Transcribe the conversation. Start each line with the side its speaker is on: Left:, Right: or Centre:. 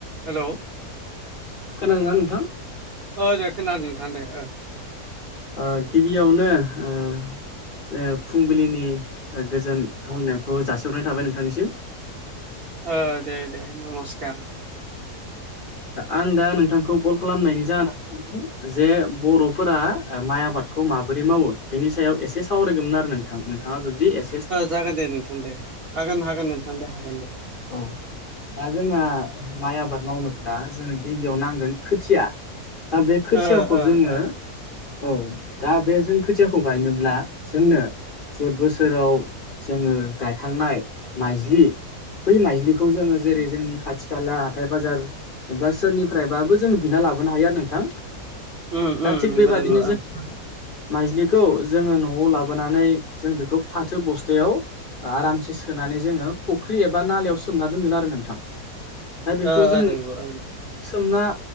Right: हेल'।
Left: खोनादों ना नोंथां?
Right: ओ दे खोनादों नोंथां दे ओ।
Left: ओ गिबियावनो ओ जे फुंबिलिनि गोजोन हामलानायखौ जासिहरनाय थाबाय नोंथांनिसिम।
Right: ओ दे दे नमस्कार।
Left: आं दा नोंथांखौ कल खालामनायनि जाहोना जे बर'फोरा माइ आबादखौ माबोरै मावो बेनि सायाव एसे सा सावरायगौमोन आरो नोंथांनो। थाङा जुदि एस
Right: जागोन दे नोंथां दे हागोन हागोन नोंथां दे हागोन दे।
Left: औ दा जोंहा माइ आबाद मावनोब्ला जोंनो गिबियाव नांगोन खोथिया। दा बे खोथियाखौ
Right: ओ ओ
Left: जोङो
Right: ओ
Left: औ दा बे जों खोथियाखौ गायनोब्ला जोंनो जे बोसोराव जोङो गायखांनाय माइज्लि। बै माइज्लिखौ जोङो जेरै जोंनि खाथि खाला हाथाय बाजार एबा सोरनिफ्रायबाबो जों बिना लाब बोनो हायो आरो नोंथां
Right: उम
Left: दा
Right: उम
Left: थिग
Right: नंगौ
Left: बेबादिनो
Right: नंगौ ओं
Left: जो माइजलिखौ जोङो न'आव लाबोनानै जों बेखौ फाथो बस्थायाव आरामसे सोनानै जोङो फुख्रि एब बा नालायाव सोमना दोनगोन आरो नोंथां दा बेखौ
Right: ओ
Left: जों
Right: ओ नंगौ ओ नोंथां
Left: सोमना